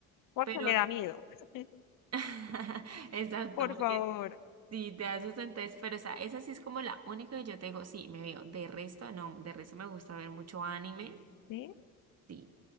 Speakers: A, on the left; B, on the right.
A: Porque
B: pero
A: me
B: no.
A: da miedo. <laughs>
B: <laughs> Exacto,
A: Por
B: porque
A: favor.
B: Sí, te haces entonces, pero o sea, esa sí es como la única que yo te digo, sí, me veo. De resto, no, de resto me gusta ver mucho anime,
A: ¿sí?
B: sí.